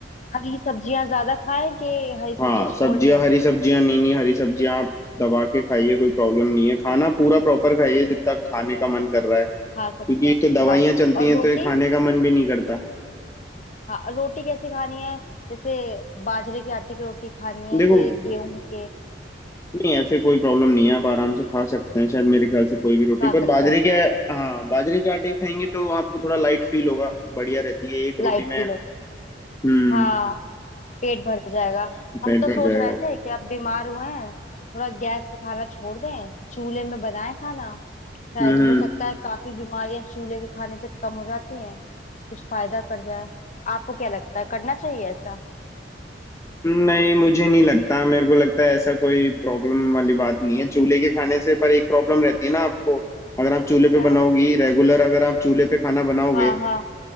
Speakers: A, on the left; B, on the left.
A: हरी सब्जियां ज्यादा खाएं कि हरी सब्जियां
B: हाँ सब्जियां
A: छोड़नी है
B: हरी सब्जियां नहीं नहीं हरी सब्जियां आप दबा के खाइए कोई प्रॉब्लम नहीं है खाना पूरा प्रॉपर खाइए जितना खाने का मन कर रहा है
A: खा
B: क्योंकि
A: सकते हैं
B: एक तो दवाइयाँ
A: हाँ
B: चलती
A: और
B: हैं
A: रोटी
B: तो ये खाने का मन भी नहीं करता
A: हाँ रोटी कैसी खानी है जैसे बाजरे के आटे की रोटी खानी है
B: देखो
A: कि गेहूं के
B: नहीं ऐसे कोई प्रॉब्लम नहीं है आप आराम से खा सकते हैं शायद मेरे ख्याल से कोई भी रोटी
A: खा
B: पर
A: सकते
B: बाजरे
A: हैं
B: के हाँ बाजरे के आटे की खाएंगे तो आपको थोड़ा लाइट फील होगा बढ़िया रहती है एक रोटी
A: Light
B: में
A: kilo
B: हम्म
A: हाँ पेट भर जाएगा हम
B: पेट
A: तो
B: भर
A: सोच
B: जाएगा
A: रहे थे कि आप बीमार हुए हैं थोड़ा गैस का खाना छोड़ दें चूल्हे में बनाएं खाना शायद
B: हम्म
A: हो सकता है काफी बीमारियां चूल्हे के खाने से कम हो जाती हैं कुछ फायदा कर जाए आपको क्या लगता है करना चाहिए ऐसा
B: नहीं मुझे नहीं लगता मेरे को लगता है ऐसा कोई प्रॉब्लम वाली बात नहीं है चूल्हे के खाने से पर एक प्रॉब्लम रहती है ना आपको अगर आप चूल्हे पे
A: क्या
B: बनाओगी रेगुलर अगर आप चूल्हे पे खाना बनाओगे
A: हाँ हाँ